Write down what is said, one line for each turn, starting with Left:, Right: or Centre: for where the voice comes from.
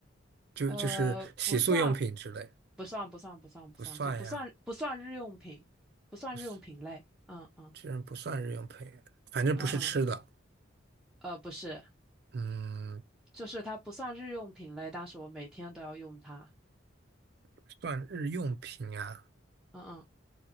Right: 就就是洗漱用品之类，
Centre: 呃，不算，不算，不算，不算，不算，
Right: 不算呀，
Centre: 就不算，不算日用品，不算日用品类。
Right: 不是，
Centre: 嗯嗯
Right: 居然不算日用品，反正不是吃的，
Centre: 嗯嗯，呃，不是，
Right: 嗯，
Centre: 就是它不算日用品类，但是我每天都要用它。
Right: 不算日用品啊，
Centre: 嗯